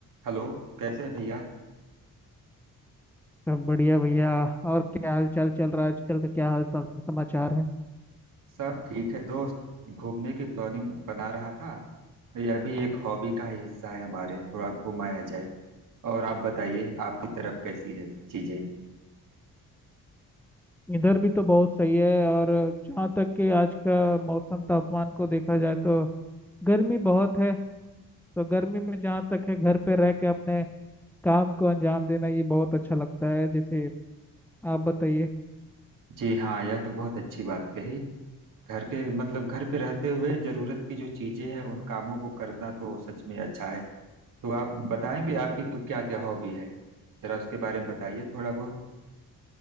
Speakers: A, on the right (about 70°); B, in the centre.
A: Hello कैसे हैं भैया
B: सब बढ़िया भैया और क्या हाल चाल चल रहा है आजकल का क्या हाल चाल समाचार है
A: सब ठीक है दोस्त घूमने की प्लानिंग बना रहा था यह भी एक हॉबी का ही हिस्सा है हमारे थोड़ा घुमाया जाए और आप बताइए आपकी तरफ कैसी है चीजें
B: इधर भी तो बहुत सही है और जहाँ तक कि आज का मौसम तापमान को देखा जाए तो गर्मी बहुत है तो गर्मी में जहाँ तक है घर पे रह के अपने काम को अंजाम देना ये बहुत अच्छा लगता है जैसे आप बताइए
A: जी हाँ यह तो बहुत अच्छी बात कही घर के मतलब घर पे रहते हुए जरूरत की जो चीजें हैं उन कामों को करना तो सच में अच्छा है तो आप बताएंगे आपकी क्या क्या हॉबी है जरा उसके बारे में बताइए थोड़ा बहुत